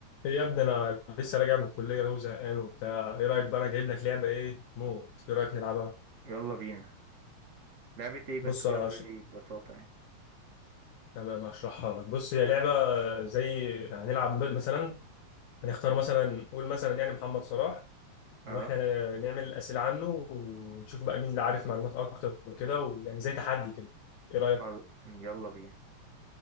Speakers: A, on the left; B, on the right.
A: يا ابني انا لسه راجع من الكليه وهو زهقان وبتاع ايه رايك بقى انا جايب لك لعبه ايه موت ايه رايك نلعبها
B: يلا بينا لعبة ايه بس
A: بص
B: كده
A: أنا
B: قول
A: هش-
B: لي ببساطة يعني
A: تمام هشرحها لك بص هي لعبه زي هنلعب ب- مثلا هنختار مثلا نقول مثلا يعني محمد صلاح
B: اه
A: واحنا نعمل اسئله عنه ونشوف بقى مين اللي عارف معلومات اكتر وكده ويعني زي تحدي كده ايه رايك
B: خل... يلا بينا